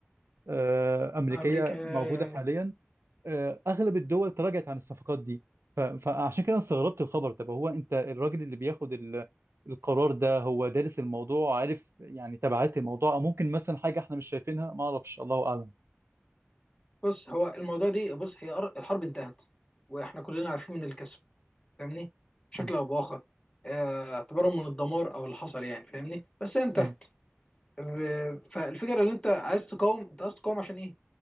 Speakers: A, on the right; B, on the left.
A: آه، امريكيه
B: امريكا
A: موجوده
B: أيوة أيوة.
A: حاليا آه، اغلب الدول تراجعت عن الصفقات دي ف- فعشان كده أنا استغربت الخبر طب هو انت الراجل اللي بياخد ال- القرار ده هو دارس الموضوع عارف يعني تبعات الموضوع او ممكن مثلا حاجه احنا مش شايفينها ما اعرفش الله اعلم
B: بص هو الموضوع دي بص هي أر- الحرب انتهت واحنا كلنا عارفين من الكسب فاهمني بشكل
A: م-
B: او باخر آه، اعتبارا من الدمار او اللي حصل يعني فاهمني بس هي انتهت
A: م.
B: آه، فالفكره اللي انت عايز تقاوم انت عايز تقاوم عشان ايه